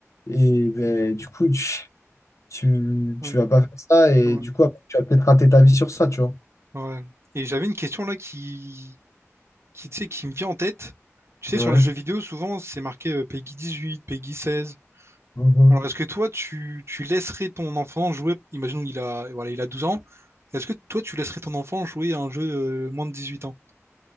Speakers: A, on the left; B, on the right.
A: et ben, du coup, tu, tu,
B: Ouais,
A: tu vas pas faire ça et
B: ouais,
A: du coup, après, tu vas peut-être rater ta vie sur ça, tu vois.
B: ouais. Et j'avais une question là qui, qui, tu sais, qui me vient en tête. Tu sais,
A: Ouais.
B: sur les jeux vidéo, souvent, c'est marqué euh, PEGI huit PEGI seize
A: Mhm.
B: Alors, est-ce que toi, tu, tu laisserais ton enfant jouer, imaginons qu'il a, voilà, il a 12 ans, est-ce que toi, tu laisserais ton enfant jouer à un jeu euh, moins de 18 ans?